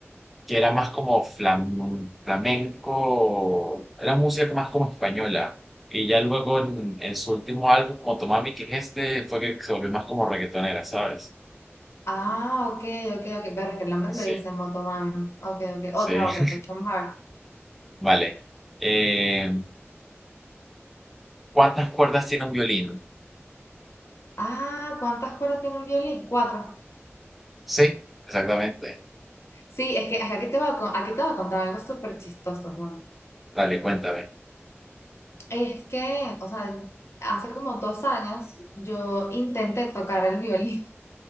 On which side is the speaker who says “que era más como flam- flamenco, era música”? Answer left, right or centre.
Centre